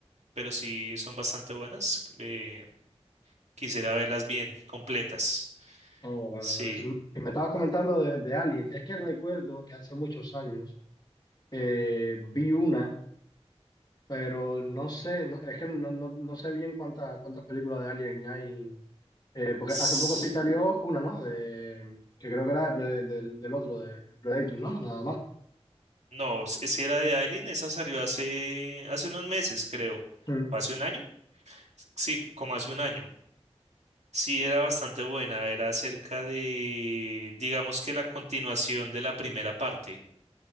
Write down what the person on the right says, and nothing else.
pero sí son bastante buenas. eh, quisiera verlas bien, completas.
Sí.
S-
No, s- si era de Alien, esa salió hace, hace unos meses, creo.
¿O ¿Hace un año? Sí, como hace un año. Sí, era bastante buena. Era acerca de, digamos que la continuación de la primera parte.